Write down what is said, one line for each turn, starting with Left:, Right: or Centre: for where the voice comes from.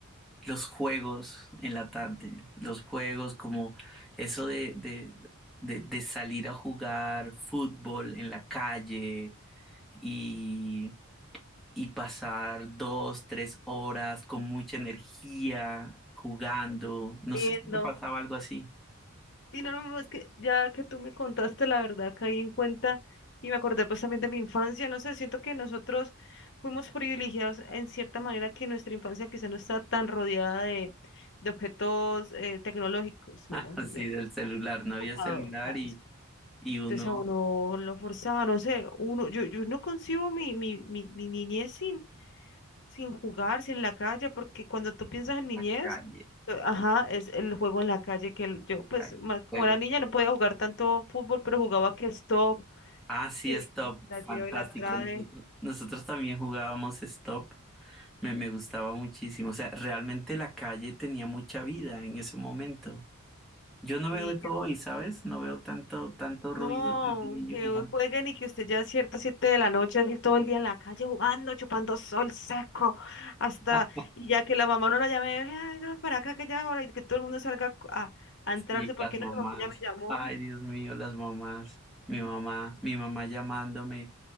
Centre: los juegos en la tarde, los juegos como eso de, de, de, de salir a jugar fútbol en la calle y, y pasar dos, tres horas con mucha energía jugando. No
Left: Viendo.
Centre: sé si te pasaba algo así.
Left: Y no, no, no, es que ya que tú me contaste la verdad, caí en cuenta y me acordé pues también de mi infancia, no sé, siento que nosotros fuimos privilegiados en cierta manera que nuestra infancia quizá no está tan rodeada de, de objetos eh, tecnológicos,
Centre: <laughs>
Left: si
Centre: Así
Left: me hago entender.
Centre: del celular, no había
Left: Computador,
Centre: celular
Left: nada
Centre: y,
Left: más.
Centre: y uno
Left: Entonces a uno lo forzaba, no sé, uno, yo, yo no concibo mi, mi, mi, mi niñez sin sin jugar, sin la calle, porque cuando tú piensas en niñez,
Centre: la calle,
Left: eh, ajá, es el juego en la calle que el- yo, pues,
Centre: calle,
Left: más como
Centre: juego.
Left: era niña, no podía jugar tanto fútbol, pero jugaba que stop,
Centre: Ah, sí,
Left: que
Centre: Stop,
Left: la
Centre: fantástico.
Left: lleva y la trae,
Centre: Nosotros, nosotros también jugábamos Stop Me, me gustaba muchísimo. O sea, realmente la calle tenía mucha vida en ese momento. Yo no
Left: sí,
Centre: veo eso
Left: que
Centre: hoy, ¿sabes? No veo tanto, tanto ruido,
Left: no,
Centre: tanto niño
Left: que
Centre: jugando.
Left: hoy jueguen y que usted ya a ciertas siete de la noche, así todo el día en la calle jugando, chupando sol seco, hasta,
Centre: <laughs>
Left: y ya que la mamá no la llame, ay, no, para acá que ya es hora, y que todo el mundo salga a, a entrarse,
Centre: sí,
Left: porque
Centre: las mamás.
Left: no, la mamá ya me llamó,
Centre: Ay, Dios mío, las mamás. Mi mamá, mi mamá llamándome,